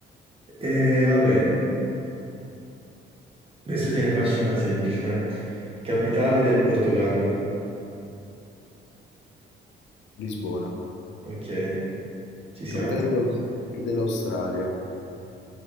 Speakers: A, on the right; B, on the left.
A: Eh, vabbè, adesso te ne faccio una semplice, dai. Capitale del Portogallo.
B: Lisbona.
A: Ok, ci siamo.
B: Capitale dell'Aus- dell'Australia,